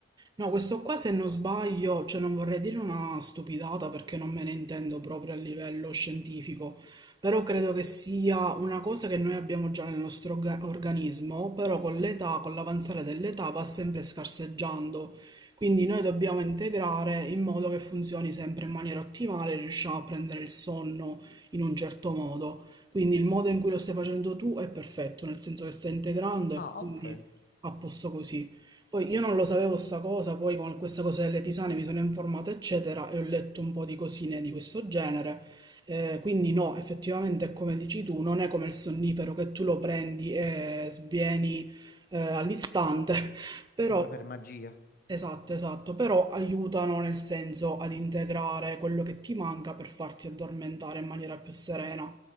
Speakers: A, on the right (about 20°); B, on the left (about 50°).
A: No, questo qua se non sbaglio, cioè non vorrei dire una stupidata perché non me ne intendo proprio a livello scientifico, però credo che sia una cosa che noi abbiamo già nel nostro orga- organismo, però con l'età, con l'avanzare dell'età va sempre scarseggiando. Quindi noi dobbiamo integrare in modo che funzioni sempre in maniera ottimale, riusciamo a prendere il sonno in un certo modo. Quindi il modo in cui lo stai facendo tu è perfetto, nel senso che stai integrando
B: Ah,
A: e quindi
B: ok,
A: a posto così. Poi io non lo sapevo sta cosa, poi con questa cosa delle tisane mi sono informato, eccetera, e ho letto un po' di cosine di questo genere. Eh, quindi no, effettivamente è come dici tu, non è come il sonnifero che tu lo prendi e svieni eh, all'istante, <laughs> però
B: come per magia.
A: Esatto, esatto, però aiutano nel senso ad integrare quello che ti manca per farti addormentare in maniera più serena.